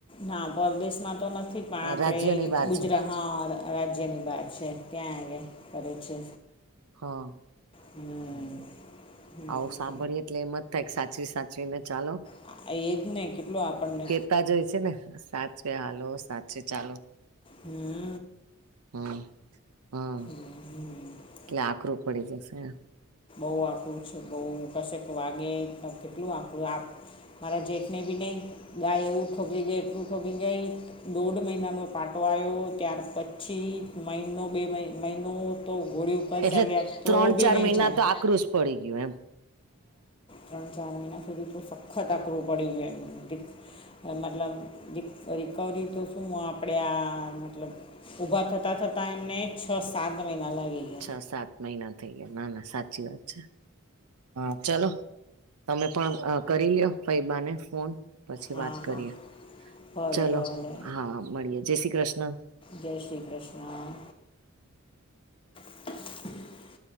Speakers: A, on the left; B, on the right.
A: ના. પરદેશમાં તો નથી પણ આપ
B: રાજ્યની
A: પણે
B: બહાર
A: ગુજરા,
B: છે
A: હા રાજ્યની બહાર છે, ત્યાં <unintelligible> કરે છે.
B: હા.
A: હમ
B: હમ્મ.
A: હમ
B: આવું સાંભળી એટલે એમ જ થાય કે સાચવી-સાચવી ને ચાલો.
A: હા એજ ને. કેટલું આપણને
B: તા જોય છે ને સાચવે હાલો, સાચવે ચાલો.
A: હમ્મ.
B: હમ્મ, હા.
A: હમ્મ-હમ્મ.
B: એટલે આખરું પડી જશે એમ.
A: બહું આકરું છે બહુ, કશેક વાગે તો કેટલું આકરું. આપ મારાા જેઠને બી નહીં ગાય એવું ઠોકી ગઈ એટલું ઠોકી ગઈ, દોઢ મહિનાનો પાટો આયો, ત્યાર પછ છી મહિનો બે મહી મહિનો તો ઘોડી ઉપર
B: એટલે
A: ચાલ્યા તો
B: ત્રણ
A: ભી
B: ચાર
A: નહીં
B: મહિના
A: જાય.
B: તો આકરું જ પડી ગયું <inaudible>
A: ત્રણ ચાર મહિના સુધી તો સખત આકરું પડી ગયું એમનું <unintelligible> એ મતલબ રિક રિકવરી તો શું આ આપણે આ મતલબ ઊભા થતા-થતા એમને છ સાત મહિના લાગી ગયા.
B: છ સાત મહિના થઈ ગયા, ના-ના સાચી વાત છે, હા. ચલો. તમે પણ કરી લ્યો ફઈબાને ફોન. પછી
A: હા
B: વાત કરીએ.
A: હા ભલે
B: ચલો,
A: ભલે
B: હા મળીએે, જય શ્રી કૃષ્ણ.
A: જય શ્રી કૃષ્ણ. <inaudible>